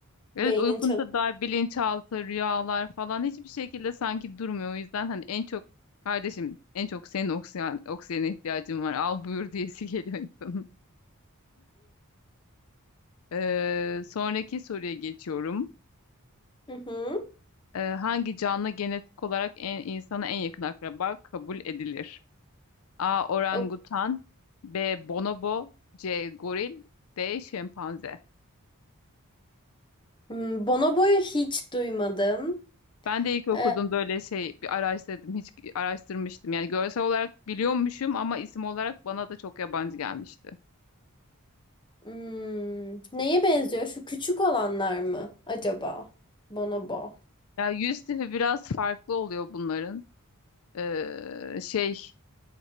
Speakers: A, on the left (about 70°); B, on the left (about 20°).
A: Evet
B: beynin
A: uykunda
B: çalışıyor.
A: dair bilinçaltı, rüyalar falan hiçbir şekilde sanki durmuyor. O yüzden hani en çok kardeşim en çok senin oksijen, oksijene ihtiyacın var. Al buyur <laughs> diyesi geliyor insanın. Ee, sonraki soruya geçiyorum.
B: Hı hı.
A: Ee, hangi canlı genetik olarak en, insana en yakın akraba kabul edilir? A. Orangutan
B: O-
A: B. Bonobo C. Goril D. Şempanze
B: Hmm, Bonobo'yu hiç duymadım.
A: Ben de ilk okudum
B: E,
A: böyle şey bir araştırdım hiç araştırmıştım. Yani görsel olarak biliyormuşum ama isim olarak bana da çok yabancı gelmişti.
B: hmm, neye benziyor? Şu küçük olanlar mı acaba? Bonobo.
A: Ya yüz tipi biraz farklı oluyor bunların. Ee, şey